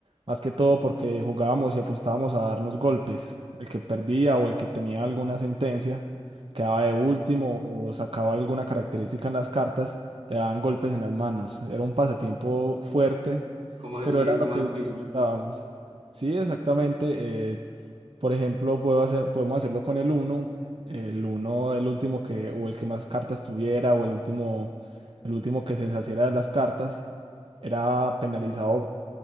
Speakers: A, on the right (about 60°); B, on the right (about 85°).
A: más que todo porque jugábamos y apostábamos a darnos golpes. El que perdía o el que tenía alguna sentencia quedaba de último o sacaba alguna característica en las cartas, le daban golpes en las manos. Era un pasatiempo fuerte
B: ¿Cómo así?
A: pero era
B: ¿Cómo
A: lo que
B: así?
A: disfrutábamos. Sí, exactamente. eh, por ejemplo, puedo hacer, podemos hacerlo con el uno el uno el último que, o el que más cartas tuviera, o el último, el último que se deshaciera de las cartas, era penalizado